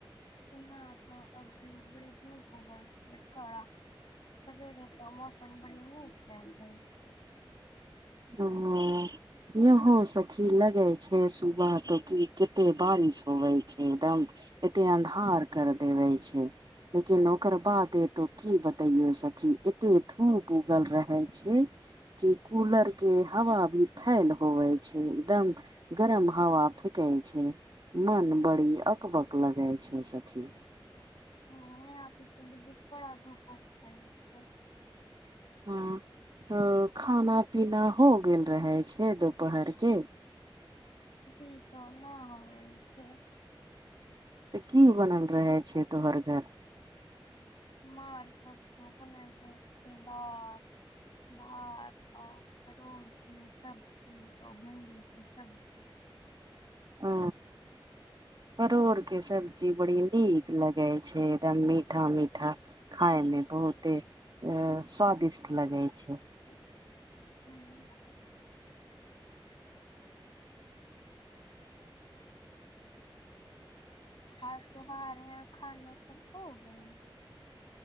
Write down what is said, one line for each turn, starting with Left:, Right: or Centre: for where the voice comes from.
Left: यहाँ तऽ अजी बड़ी धूप उगल छै काड़ा सेरेवे तऽ मौसम बड़ी नीक कमइ छै
Right: हँ यहो सखी लगे छै सुबह तो की कते बारिश होबै छै एकदम एते अन्धार कर देवे छै लेकिन ओकर बाद एतौ की बतैयो सखी एते धूप उगल रहे छै की कूलर के हवा भी फैल होवे छै एकदम गरम हवा फेकै छै मन बड़ी अकबक लगे छै सखी
Left: ओ तऽ बीडी कड़ा धूप उगतै कर छै
Right: हँ तऽ खाना पीना हो गेल रहै छै दुपहरके
Left: अभी तो न होल छै
Right: तऽ की बनल रहे छै तोहर घर
Left: हमर तऽ बनाल जाइ छिए दाल भात आ परोरके सब्जी आ भिंडीके सब्जी
Right: ओ परोर के सब्जी बड़ी नीक लगे छै एकदम मीठा मीठा खाायमे बहुते अ स्वादिष्ट लगैत छै
Left: हू <unintelligible> आर तोहार यहाँ खाना सब हो गेलै